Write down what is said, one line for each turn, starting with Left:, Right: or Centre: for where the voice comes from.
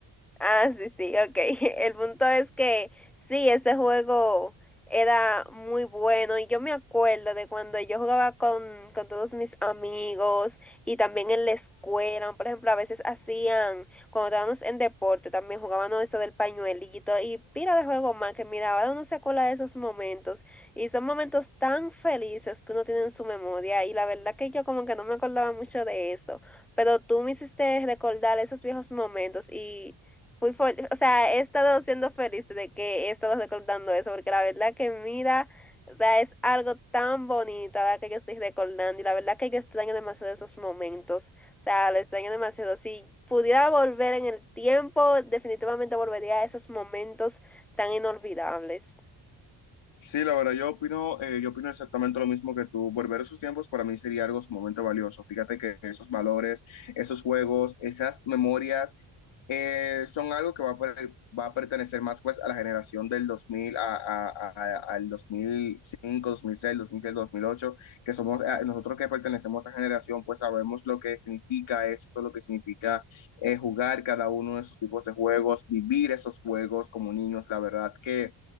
Centre: Ah, sí, sí, ok. <laughs> El punto es que sí, ese juego era muy bueno y yo me acuerdo de cuando yo jugaba con, con todos mis amigos y también en la escuela, por ejemplo, a veces hacían, cuando estábamos en deporte, también jugábamos eso del pañuelito y pila de juego más que mira, ahora uno se acuerda de esos momentos y son momentos tan felices que uno tiene en su memoria y la verdad que yo como que no me acordaba mucho de eso, pero tú me hiciste recordar esos viejos momentos y fui fuerte, o sea, he estado siendo feliz de que he estado recordando eso, porque la verdad que mira, o sea, es algo tan bonito la que yo estoy recordando y la verdad que yo extraño demasiado esos momentos. O sea, lo extraño demasiado. Si pudiera volver en el tiempo, definitivamente volvería a esos momentos tan inolvidables.
Left: Sí, la verdad, yo opino, eh, yo opino exactamente lo mismo que tú. Volver a esos tiempos para mí sería algo sumamente valioso. Fíjate que esos valores, esos juegos, esas memorias, eh, son algo que va a, per- va a pertenecer más pues a la generación del 2000 a, a- a- al 2005, 2006, 2007, 2008, que somos, eh, nosotros que pertenecemos a esa generación, pues sabemos lo que significa esto, lo que significa eh, jugar cada uno de esos tipos de juegos, vivir esos juegos como niños, la verdad que...